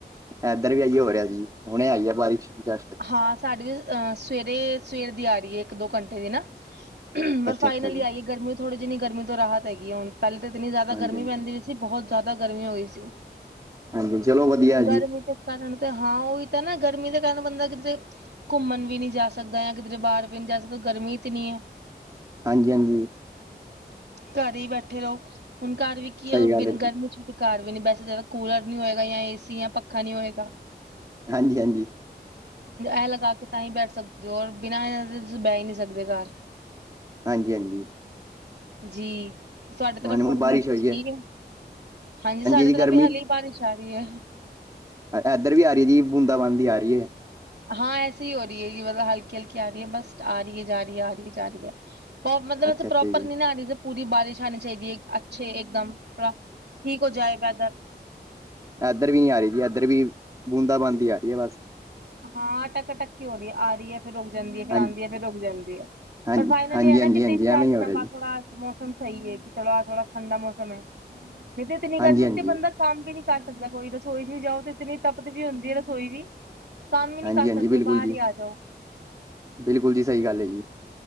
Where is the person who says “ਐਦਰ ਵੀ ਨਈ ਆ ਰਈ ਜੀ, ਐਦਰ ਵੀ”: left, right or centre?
Right